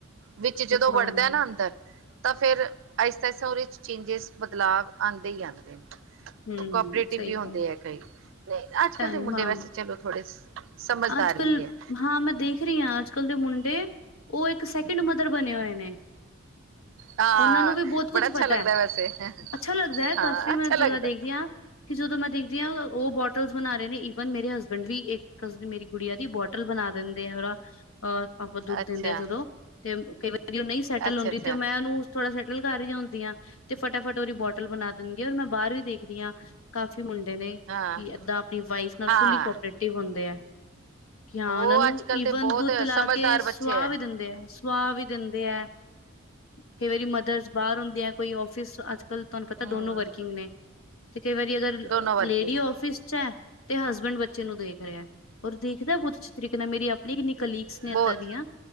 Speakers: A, on the right; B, on the left.
A: ਵਿੱਚ ਜਦੋਂ
B: ਬਾਲਣ
A: ਵੜਦਾ ਨਾ ਅੰਦਰ ਤਾਂ ਫਿਰ'ਆਇਸਤਾ ਆਇਸਤਾ ਉਹਦੇ ਵਿਚ ਚੇਂਜਿਸ ਬਦਲਾਵ ਆਉਂਦੇ ਹੀ ਆਉਂਦੇ ਨੇ
B: ਹੂੰ
A: ਕੋਪਰੇਟਿਵ
B: ਸਹੀ
A: ਵੀ ਹੁੰਦੇ
B: ਗੱਲ
A: ਹੈ ਕਈ, ਅੱਜ
B: ਟਾਈਮ
A: ਕੱਲ੍ਹ ਦੇ ਮੁੰਡੇ
B: ਹਾਂ
A: ਵੈਸੇ ਚਲੋ ਥੋੜੇ ਸਮਝਦਾਰ
B: ਅੱਜ- ਕੱਲ,
A: ਵੀ ਹੈ
B: ਹਾਂ ਮੈਂ ਦੇਖ ਰੀਆਂ ਅੱਜ ਕਲ ਦੇ ਮੁੰਡੇ, ਉਹ ਇੱਕ ਸੈਕਿੰਡ ਮਦਰ ਬਣੇ ਹੋਏ ਨੇ
A: ਹਾਂ
B: ਉਹਨਾਂ ਨੂੰ ਵੀ ਬਹੁਤ ਕੁਛ
A: ਬੜਾ ਅੱਛਾ
B: ਪਤਾ
A: ਲੱਗਦਾ
B: ਹੈ,
A: ਵੈਸੇ
B: ਅੱਛਾ ਲੱਗਦਾ ਹੈ
A: ਹਾਂ
B: ਕਾਫ਼ੀ ਮੈਂ
A: ਅੱਛਾ
B: ਜਗ੍ਹਾ
A: ਲੱਗਦਾ
B: ਦੇਖਦੀ ਹਾਂ। ਕਿ ਜਦੋਂ ਮੈਂ ਦੇਖਦੀ ਹਾਂ ਉਹ ਬੋਟਲ ਬਣਾ ਰਹੇ ਨੇ ਈਵਨ ਮੇਰੇ ਹਸਬੈਂਡ ਵੀ ਇੱਕ ਮੇਰੀ ਗੁੜੀਆ ਦੀ ਬੋਟਲ ਬਣਾ ਦਿੰਦੇ ਆ ਉਹਦਾ ਅਹ ਆਪਾਂ ਦੁੱਧ
A: ਅੱਛਾ
B: ਦਿੰਦੇ ਆ ਜਦੋਂ ਤੇ, ਕਈ ਵਾਰੀ ਉਹ ਨਹੀਂ ਸੈਟਲ
A: ਅੱਛਾ
B: ਹੁੰਦੀ
A: ਅੱਛਾ
B: ਤੇ ਉਹ ਮੈਂ ਉਹਨੂੰ ਥੋੜਾ ਸੈਟਲ ਕਰ ਰਹੀ ਹੁੰਦੀ ਆ ਤੇ ਫਟਾਫਟ ਉਹਦੀ ਬੋਟਲ ਬਣਾ ਦੇਣਗੇ ਮੈਂ ਬਾਹਰ ਵੀ ਦੇਖਦੀ ਹਾਂ। ਕਾਫੀ ਮੁੰਡੇ ਨੇ
A: ਹਾਂ
B: ਕਿ ਏਦਾਂ ਆਪਣੀ ਵਾਈਫ ਨਾਲ
A: ਹਾਂ
B: ਫੁਲੀ ਕੋਪਰੇਟਿਵ ਹੁੰਦੇ ਆ। ਕਿ ਹਾਂ
A: ਉਹ
B: ਉਹਨਾਂ ਨੂੰ
A: ਅੱਜ ਕੱਲ੍ਹ
B: ਈਵਨ
A: ਤੇ ਬਹੁਤ
B: ਦੁੱਧ ਪਿਲਾ
A: ਸਮਝਦਾਰ
B: ਕੇ ਸੁਆਹ
A: ਬੱਚੇ
B: ਵੀ ਦਿੰਦੇ ਹੈ। ਸੁਆਹ ਵੀ ਦਿੰਦੇ ਹੈ, ਕਈ ਵਾਰੀ ਮਦਰਸ ਬਾਹਰ ਹੁੰਦੇ ਆ ਕੋਈ ਆਫਿਸ ਅੱਜ ਤੁਹਾਨੂੰ ਪਤਾ
A: ਹਮ
B: ਦੋਨੋ ਵਰਕਿੰਗ ਨੇ ਤੇ, ਕਈ ਵਾਰੀ ਅਗਰ
A: ਦੋਨੋ ਵਰਕਿੰਗ
B: ਲੇਡੀ
A: ਹੈ
B: ਆਫਿਸ ਚ ਹੈ। ਤੇ ਹਸਬੈਂਡ ਬੱਚੇ ਨੂੰ ਦੇਖ ਰਿਹਾ, ਔਰ ਦੇਖਦਾ ਬਹੁਤ ਅੱਛੇ ਤਰੀਕੇ ਨਾਲ ਮੇਰੀ ਆਪਣੀ ਕਿੰਨੀ ਕਲੀ ਤੇ ਏਦਾਂ
A: ਬਹੁਤ
B: ਦੀਆਂ